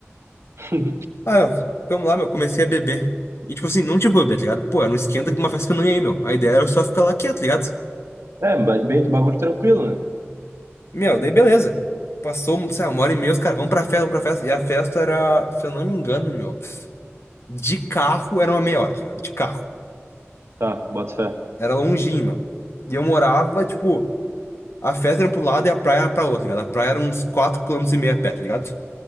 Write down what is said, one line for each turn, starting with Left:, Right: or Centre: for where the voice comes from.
Right: <laughs>
Left: Ah, meu, ficamos lá, meu. Comecei a beber. E, tipo assim, não tinha como beber, tá ligado? Pô, era um esquenta de uma festa que eu não ia ir, meu. A ideia era só ficar lá quieto, tá ligado?
Right: É, ba- bem, bagulho tranquilo, né?
Left: Meu, daí beleza. Passou, sei lá, uma hora e meia, os caras, vamos pra festa, vamos pra festa. E a festa era, se eu não me engano, meu, de carro era uma meia hora, tá ligado? De carro.
Right: Tá, bota fé.
Left: Era longinho, meu. E eu morava, tipo, a festa era pro lado e a praia era pra outro, tá ligado? A praia era uns 4 quilômetros e meio a pé, tá ligado?